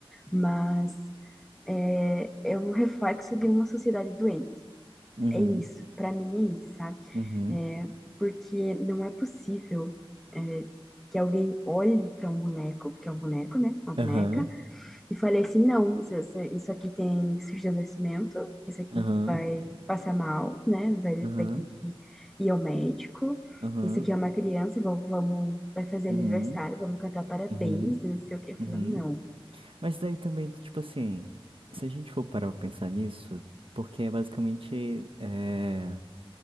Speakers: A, in the centre; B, on the right.
A: Mas é, é um reflexo de uma sociedade doente.
B: uhum,
A: É isso, para mim é isso, sabe?
B: uhum,
A: É, porque não é possível é, que alguém olhe para um boneco, que é um boneco, né? Uma boneca,
B: aham,
A: e fale assim: não, isso, isso isso aqui tem surdesnecimento, isso aqui
B: aham,
A: vai passar mal, né? Vai,
B: aham,
A: vai ter que ir ao médico.
B: aham,
A: Isso aqui é uma criança, vamos, vamos, vai fazer
B: uhum,
A: aniversário, vamos cantar parabéns,
B: uhum. Uhum,
A: não sei o quê. Falando,
B: uhum.
A: não.
B: Mas daí também, tipo assim, se a gente for parar pra pensar nisso, porque é basicamente, é,